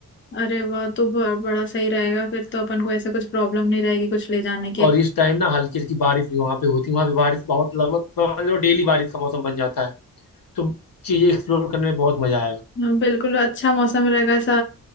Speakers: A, on the left; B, on the left.
A: अरे वाह तो ब- बड़ा सही रहेगा फिर तो अपन को ऐसे कुछ प्रॉब्लम नहीं रहेगी कुछ ले जाने की
B: और इस टाइम ना हल्की हल्की बारिश भी वहाँ पे होती है वहाँ पे बारिश बहुत लगभग समझ लो डेली बारिश का मौसम बन जाता है तो चीजें एक्सप्लोर करने में बहुत मजा आएगा
A: हाँ, बिल्कुल अच्छा मौसम रहेगा ऐसा